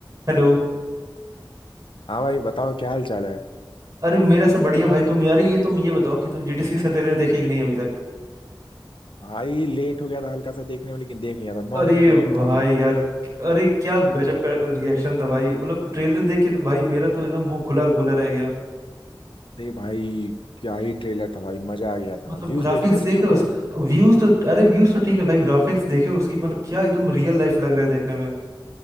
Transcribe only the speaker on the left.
हाँ भाई बताओ क्या हाल चाल है
भाई लेट हो गया था हल्का सा देखने में लेकिन देख लिया था नौ
मिनट लेट
था मैं
अरे भाई क्या ही ट्रेलर था भाई मजा आ गया था
व्यूज
देखे उसके
ऊपर